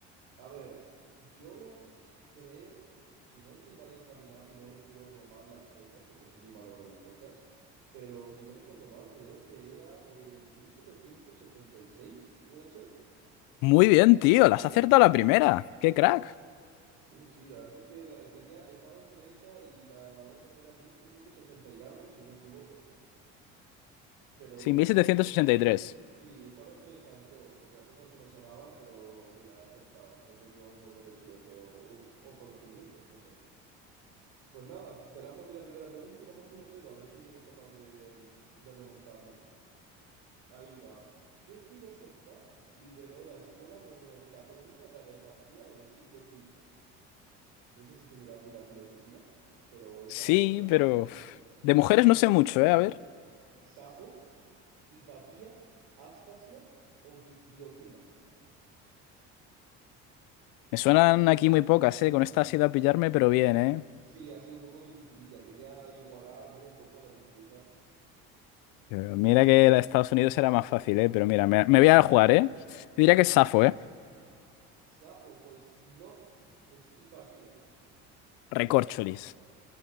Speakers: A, on the right; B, on the left.
A: A ver, yo creo, si no estoy mal encaminado y no recuerdo mal las fechas, porque soy muy malo con las fechas, pero si no recuerdo mal, creo que era en 1776, ¿puede ser?
B: Muy bien, tío, las has acertado a la primera. ¡Qué crack!
A: Uh, sí, la verdad es que la- tenía, estaba entre esa y la otra que era 1780 y algo, si no me equivoco, pero
B: Sí, mil setecientos ochenta y tres.
A: sí, estaba entre esas dos, porque las otras no me sonaban, pero mira, he acertado, he tenido un poco de suerte o o- o conocimiento, no sé. Pues nada, te lanzo a ti la primera pregunta y vamos 1-0, a ver si eres capaz de, de remontarme. Ahí va. ¿Qué filósofa lideró la escuela meneoplatónica de Alejandría en el siglo quinto? No sé si se te da bien la filosofía, pero esta
B: Sí,
A: la puedes sacar.
B: pero... uf, De mujeres no sé mucho, ¿eh? A ver.
A: ¿Safo, Hipatía, Aspasia o Di- Diotima?
B: Me suenan aquí muy pocas, ¿eh? Con esta ha sido a pillarme, pero bien, ¿eh?
A: Sí, ha sido un poco dificililla. Quería igualar, ¿no? Un poco la dificultad.
B: Pero Mira que la de Estados Unidos era más fácil, ¿eh? Pero mira, me, me voy a jugar, ¿eh? Yo diría que es Safo, ¿eh?
A: Safo, pues no, es Hipatía.
B: Recorcholis.